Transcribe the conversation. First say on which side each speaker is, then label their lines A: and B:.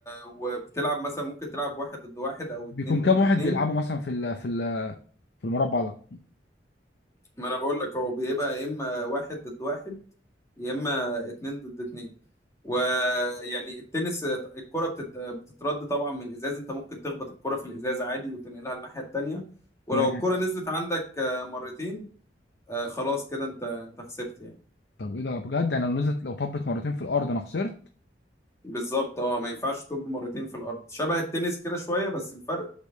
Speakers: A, on the left; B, on the left.
A: وبتلعب مثلا ممكن تلعب واحد ضد واحد او
B: بيكون
A: اتنين
B: كام
A: ضد
B: واحد
A: اتنين
B: بيلعبوا مثلا في ال في ال في المربع ده
A: ما انا بقول لك هو بيبقى يا اما واحد ضد واحد يا اما اتنين ضد اتنين ويعني التنس الكرة بتت... بتترد طبعا من الازاز انت ممكن تخبط الكرة في الازاز عادي وتنقلها الناحية التانية ولو
B: يعني
A: الكرة نزلت عندك آه، مرتين آه خلاص كده انت انت خسرت يعني
B: طب ايه ده بجد يعني لو نزلت لو طبت مرتين في الارض انا خسرت
A: بالظبط اه ما ينفعش تطب مرتين في الارض شبه التنس كده شويه بس الفرق